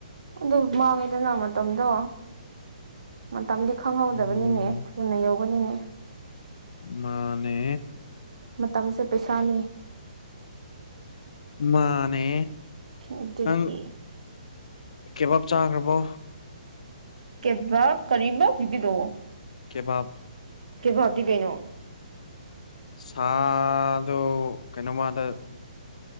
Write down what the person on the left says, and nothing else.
ꯎꯝ
ꯃꯥꯅꯦ
ꯃꯥꯅꯦ
ꯅꯪ ꯀꯦꯕꯥꯞ ꯆꯥꯈ꯭ꯔꯕꯣ
ꯀꯦꯕꯥꯞ
ꯁꯥꯗꯣ ꯀꯩꯅꯣꯃꯗ ꯎꯝ